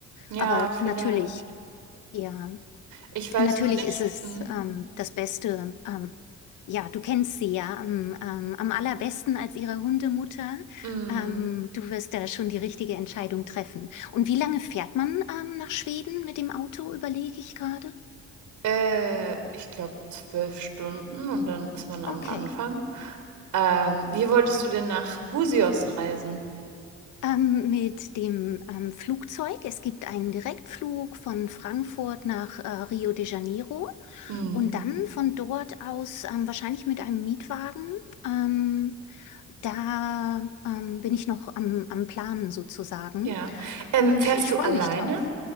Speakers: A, on the right; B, on the left.
A: Ja,
B: Aber
A: vielleicht.
B: natürlich, ja.
A: Ich weiß
B: Natürlich
A: nur nicht.
B: ist es
A: Hm.
B: ähm, das Beste. Ähm, ja, du kennst sie ja am, ähm, am allerbesten als ihre Hundemutter.
A: Hm.
B: Ähm, du wirst da schon die richtige Entscheidung treffen. Und wie lange fährt man ähm, nach Schweden mit dem Auto, überlege ich gerade.
A: Äh, ich glaube zwölf Stunden und dann ist man am
B: Okay.
A: Anfang. Ähm, wie wolltest du denn nach Busios reisen?
B: Ähm, mit dem ähm, Flugzeug. Es gibt einen Direktflug von Frankfurt nach äh, Rio de Janeiro
A: Hm.
B: und dann von dort aus ähm, wahrscheinlich mit einem Mietwagen. Ähm, da ähm, bin ich noch am, am Planen sozusagen
A: Ja. Ähm,
B: und
A: fährst
B: ich
A: du
B: freue
A: alleine?
B: mich drauf.